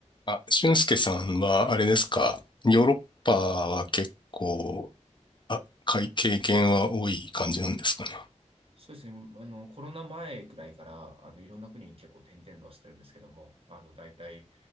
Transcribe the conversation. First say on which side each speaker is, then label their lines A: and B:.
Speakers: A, on the left; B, on the right.
A: あ、俊介さんは、
B: はい。
A: あれですか、ヨーロッパは結構、あ、かい経験は多い感じなんですかね。
B: そうですね。あの、コロナ前くらいから、あの、いろんな国に結構転々としてるんですけども、あの、大体